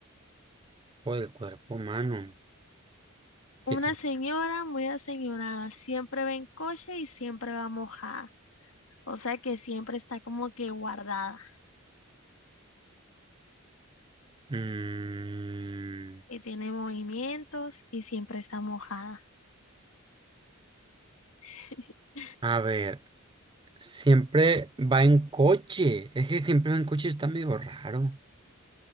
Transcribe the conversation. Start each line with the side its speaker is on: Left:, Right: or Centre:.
Right: o el cuerpo humano. que
Left: Una
Right: sí.
Left: señora muy aseñorada, siempre va en coche y siempre va mojada. O sea que siempre está como que guardada
Right: Mm,
Left: y tiene movimientos y siempre está mojada. <laughs>
Right: a ver, siempre va en coche. Es que siempre va en coche está medio raro.